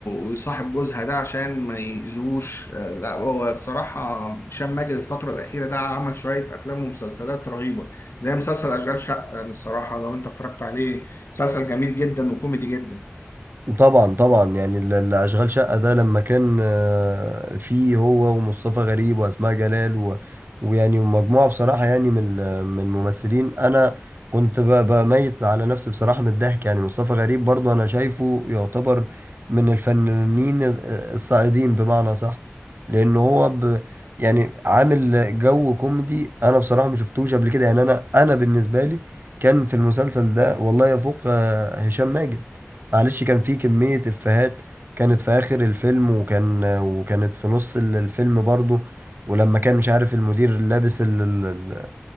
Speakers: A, on the left; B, on the right.
A: ويصاحب جوزها ده عشان ما يأذوش آه، لا هو الصراحة هشام ماجد الفترة الأخيرة ده عمل شوية أفلام ومسلسلات رهيبة زي مسلسل أشغال شقة يعني الصراحة لو أنت اتفرجت عليه مسلسل جميل جدا وكوميدي جدا
B: طبعا طبعا يعني ال- ال- اشغال شقة ده لما كان آه، فيه هو ومصطفى غريب واسماء جلال و... ويعني مجموعة بصراحة يعني من ال- من الممثلين انا كنت ب- بميت على نفسي بصراحة من الضحك يعني مصطفى غريب برضو انا شايفه يعتبر من الفنانين الصاعدين بمعنى صح لان هو ب... يعني عامل جو كوميدي انا بصراحة ما شفتوش قبل كده يعني انا انا بالنسبة لي كان في المسلسل ده والله يفوق آه، هشام ماجد معلش كان في كمية إفيهات كانت في آخر الفيلم وكان وكانت في نص ال- الفيلم برضو ولما كان مش عارف المدير لابس ال... ال... ال-